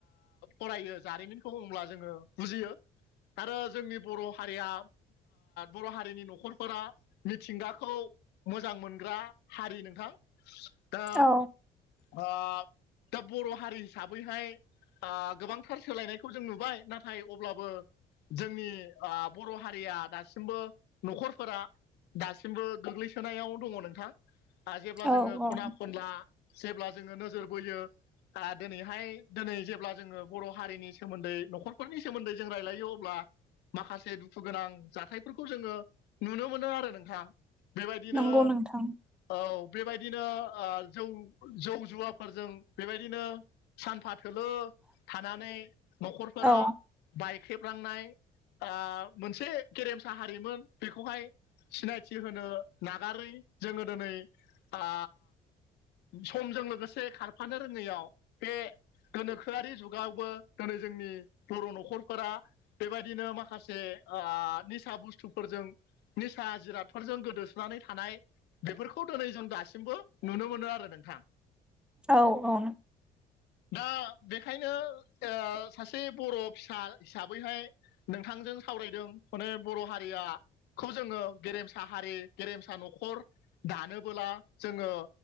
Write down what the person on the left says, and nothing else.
फरायो जारिमिनखौ बुंब्ला जोङो बुजियो आरो जोंनि बर' हारिया बर' हारिनि न'खरफोरा मिथिंगाखौ मोजां मोनग्रा हारि नोंथां दा
आ दा बर' हारि हिसाबैहाय गोबांथार सोलायनायखौ जों नुबाय नाथाय अब्लाबो जोंनि बर' हारिया दासिमबो न'खरफोरा दासिमबो गोग्लैसोनायाव दङ नोंथां जेब्ला
जोङो
खना खनला जेब्ला जोङो नोजोर बोयो आ दिनैहाय दिनै जेब्ला जोङो बर' हारिनि सोमोन्दै न'खर फोरनि सोमोन्दै जों रायलायो अब्ला माखासे दुखु गोनां जाथायफोरखौ जोङो नुनो मोनो आरो नोंथां बेबायदिनो
औ बेबायदिनो जौ जौ जुवाफोरजों बेबायदिनो सानफा थोलो थानानै न'खरफोरा
बायख्रेबलांनाय आ मोनसे गेरेमसा हारिमोन बेखौहाय सिनायथि होनो नागारै जोङो दिनै आ समजों लोगोसे खारफानो रोङैयाव बे गोनोखोआरि जुगावबो दिनै जोंनि बर' न'खरफोरा बेबायदिनो माखासे निसा बुस्थुफोरजों निसा जिरादफोरजों गोदोसोनानै थानाय बेफोरखौ दिनै जों दासिमबो नुनो मोनो आरो नोंथां
दा बेखायनो सासे बर' फिसा हिसाबैहाय नोंथांजों सावरायदों माने बर' हारिया खौ जोङो गेरेमसा हारि गेरेमसा न'खर दानोबोला जोङो